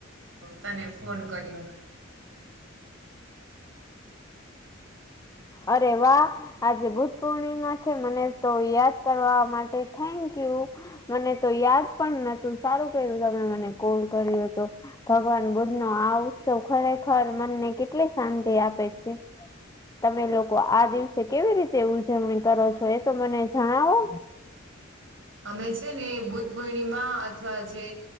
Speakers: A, on the right; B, on the left.
A: તને ફોન કર્યો
B: અરે વાહ આજે બુધ પૂર્ણિમા છે, મને તો યાદ કરવા માટે થેન્કયુ મને તો યાદ પણ નતું સારું કર્યું તમે મને કોલ કર્યો હતો. ભગવાન બુદ્ધ નો આ ઉત્સવ ખરેખર મનને કેટલી શાંતિ આપે છે. તમે લોકો આ દિવસે કેવી રીતે ઉજવણી કરો છો એ તો મને જણાવો
A: અમે છે ને બુધ પૂર્ણિમા અથવા જે